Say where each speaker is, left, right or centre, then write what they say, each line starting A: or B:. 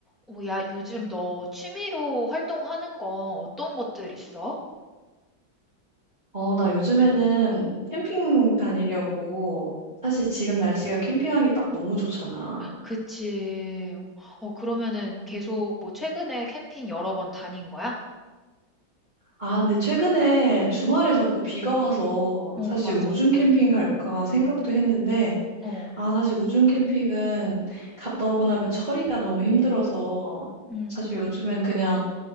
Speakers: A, in the centre; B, on the right.
A: 오, 야, 요즘 너 취미로 활동하는 거 어떤 것들 있어?
B: 어, 나 요즘에는 캠핑 다니려고. 사실 지금 날씨가 캠핑하기 딱 너무 좋잖아.
A: 그치. 어, 그러면은 계속 뭐 최근에 캠핑 여러 번 다닌 거야?
B: 아, 근데 최근에 주말에 자꾸 비가 와서
A: 어,
B: 사실
A: 맞아.
B: 우중 캠핑 갈까 생각도 했는데,
A: 어.
B: 아, 사실 우중 캠핑은 갔다 오고 나면 처리가 너무 힘들어서
A: 음.
B: 사실 요즘엔 그냥